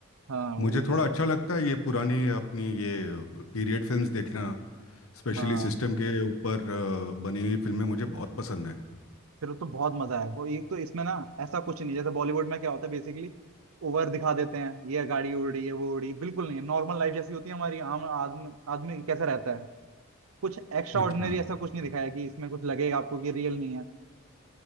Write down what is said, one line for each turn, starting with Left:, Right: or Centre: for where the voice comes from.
Right: हाँ वो
Left: मुझे
Right: इसी
Left: थोड़ा अच्छा लगता है ये पुरानी अपनी ये पीरियड फिल्म्स देखना स्पेशली
Right: हाँ
Left: सिस्टम के ऊपर अ, बनी हुई फिल्में मुझे बहुत पसंद है
Right: फिर तो बहुत मजा है वो एक तो इसमें ना ऐसा कुछ नहीं जैसे बॉलीवुड में क्या होता है बेसिकली ओवर दिखा देते हैं ये गाड़ी उड़ रही है वो उड़ रही है बिल्कुल नहीं है नॉर्मल लाइफ जैसी होती है हमारी आम आदमी आदमी कैसा रहता है कुछ एक्स्ट्रा
Left: अच्छा
Right: ऑर्डिनरी ऐसा कुछ नहीं दिखाया कि इसमें कुछ लगेगा आपको कि रियल नहीं है